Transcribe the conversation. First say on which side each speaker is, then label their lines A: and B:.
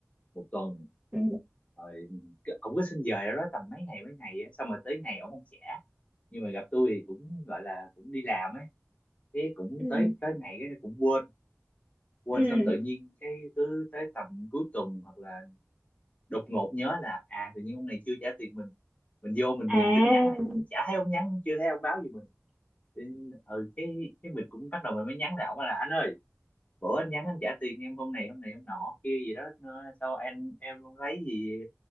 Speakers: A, on the left (about 30°); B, on the right (about 15°).
A: một tuần
B: ừ
A: rồi cái- ổng cứ xin về đó tầm mấy ngày mấy ngày á xong rồi tới ngày ổng không trả nhưng mà gặp tôi thì cũng gọi là cũng đi làm ấy thế cũng
B: ừ
A: tới tới ngày cái cũng quên quên
B: ừ
A: xong tự nhiên cái cứ tới tầm cuối tuần hoặc là đột ngột nhớ là à tự nhiên ông này chưa trả tiền mình mình vô mình
B: à
A: nhìn tin nhắn này cũng chả thấy ông nhắn cũng chưa thấy ông báo gì mình Thì, ừ, cái cái mình cũng bắt đầu mình mới nhắn lại ổng là anh ơi bữa anh nhắn anh trả tiền em hôm này hôm này hôm nọ kia gì đó nó- sao anh em không lấy gì